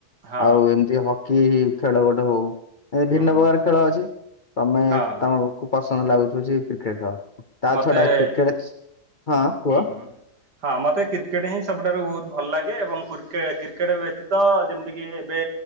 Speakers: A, on the right; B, on the left.
A: ହଁ
B: ଆଉ ଏମିତି ହକି ଖେଳ ଗୋଟେ ହଉ ଏ ଭିନ୍ନ
A: ହୁଁ
B: ପ୍ରକାର ଖେଳ ଅଛି। ତମେ
A: ହଁ ହଁ
B: ତମକୁ ପସନ୍ଦ ଲାଗୁଚି ଯେ କ୍ରିକେଟ୍ ଖେଳ। ତା
A: ମତେ
B: ଛଡା କ୍ରିକେଟ ହଁ କୁଅ।
A: ହୁଁ ହୁଁ। ହଁ ମତେ କ୍ରିକେଟ୍ ହିଁ ସବୁଠାରୁ ବହୁତ୍ ଭଲ ଲାଗେ ଏବଂ <inaudible> କ୍ରିକେଟ୍ ବ୍ୟତୀତ ଯେମିତିକି ଏବେ